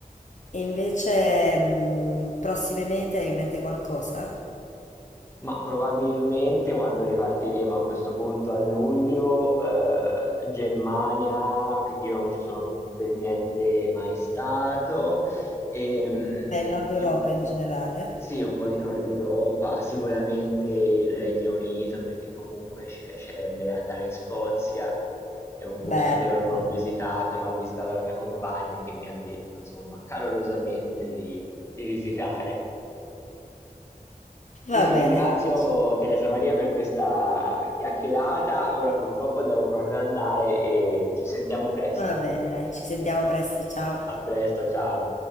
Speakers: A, on the left (about 55°); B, on the left (about 15°).
A: e invece, mh, prossime mete hai in mente qualcosa?
B: Ma probabilmente quando ripartiremo a questo punto a luglio, ehm, Germania, perché io non ci sono per niente mai stato, ehm,
A: Beh, il Nord Europa
B: e
A: in generale.
B: sì, un po' di Nord Europa, sicuramente il Regno Unito, perché comunque ci piacerebbe andare in Scozia, è un posto
A: Bello,
B: che io non
A: bello.
B: ho visitato, ma ha visitato la mia compagna e che mi ha detto, insomma, calorosamente di di visitare.
A: Va
B: Io ti
A: bene,
B: ringrazio
A: dai, ci-
B: Teresa Maria per questa chiacchierata. Ora purtroppo devo proprio andare e ci sentiamo presto.
A: va bene, dai, ci sentiamo presto, ciao.
B: A presto, ciao.